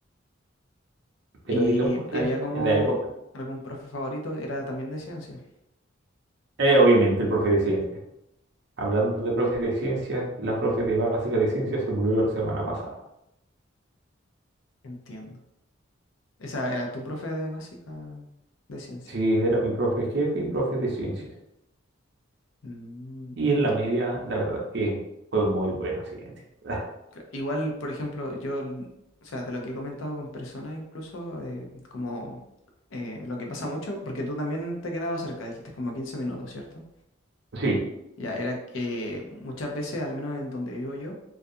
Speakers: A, on the right; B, on the left.
A: Pero
B: Y
A: digamos que
B: había
A: en
B: como
A: en la época.
B: algún profe favorito, era también de ciencia.
A: Eh, obviamente el profe de ciencias. Hablando de profe de ciencias, la profe de básica de ciencias se murió la semana pasada.
B: Entiendo. Esa era tu profe de básica de ciencia.
A: Sí, era mi profe jefe y profe de ciencias.
B: Mm.
A: Y en la media, la verdad es que fue muy buena ciencia. <laughs>
B: Cla- Igual, por ejemplo, yo, l- o sea, de lo que he comentado con personas incluso, eh, como eh, lo que pasa mucho, porque tú también te quedabas cerca, dijiste como 15 minutos, ¿cierto?
A: Sí,
B: Ya, era que muchas veces, al menos en donde vivo yo,